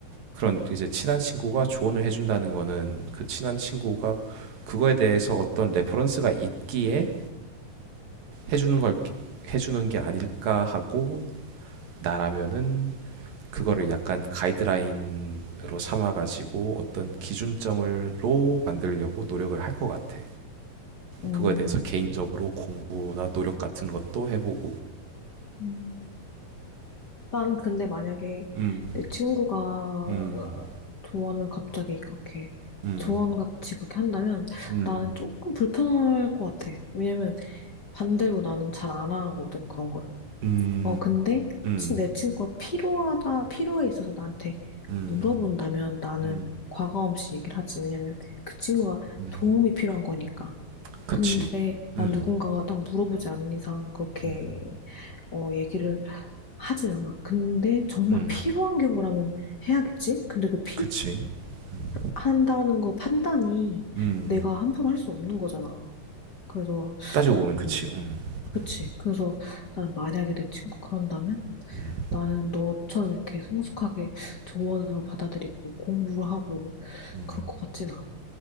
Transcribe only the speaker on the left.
음.
음. 난 근데 만약에
내 친구가 어,
조언을 갑자기 그렇게
조언같이 그렇게 한다면
나는 조금 불편할 것 같아. 왜냐면 반대로 나는 잘 안 하거든, 그런 거를.
어, 근데
치- 내 친구가 필요하다, 필요에 있어서 나한테
물어본다면 나는
과감 없이 얘기를 하지. 왜냐면 그 친구가
도움이 필요한 거니까.
근데 난
누군가가 딱 물어보지 않는 이상 그렇게
어 얘기를 하진 않아. 근데 정말
필요한 경우라면 해야겠지? 근데 그
필요한다는 거 판단이
내가 함부로 할 수 없는 거잖아. 그래서
음,
그치.
그래서 나는 만약에 내 친구가 그런다면
나는 너처럼 이렇게 성숙하게 조언으로 받아들이고 공부를 하고
그럴 것 같진 않아.